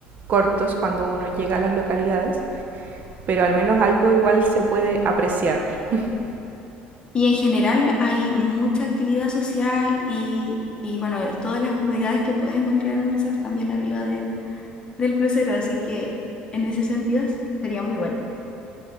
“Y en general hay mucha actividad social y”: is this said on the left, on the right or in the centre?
Left